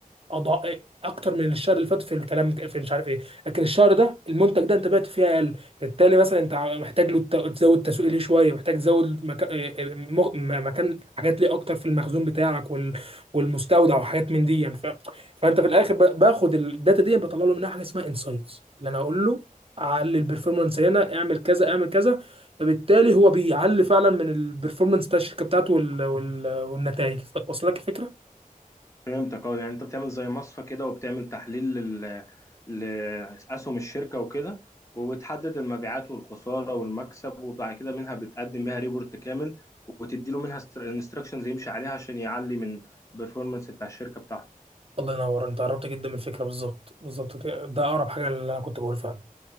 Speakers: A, on the right; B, on the left.
A: أضع... اكتر من الشهر اللي فات في الكلام في مش عارف ايه لكن الشهر ده المنتج ده انت بعت فيه اقل بالتالي مثلا انت محتاج له الت- تزود تسويق ليه شويه محتاج تزود مكان مكان حاجات ليه اكتر في المخزون بتاعك وال... والمستودع وحاجات من دي يعني ف... فانت في الاخر ب... باخد الداتا دي بطلع له منها حاجه اسمها انسايتس اللي انا اقول له علي البرفورمانس هنا اعمل كذا اعمل كذا فبالتالي هو بيعلي فعلا من البرفورمانس بتاع الشركه بتاعته وال... وال... والنتائج واصل لك الفكره
B: فهمتك اه يعني انت بتعمل زي مصفى كده وبتعمل تحليل لل... لأسهم الشركة وكده وبتحدد المبيعات والخسارة والمكسب وبعد كده منها بتقدم بيها ريبورت كامل وتدي له منها انستراكشنز يمشي عليها عشان يعلي من البرفورمانس بتاع الشركة بتاعته
A: الله ينور انت قربت جدا من الفكره بالظبط بالظبط كده ده اقرب حاجه اللي انا كنت بقوله فعلا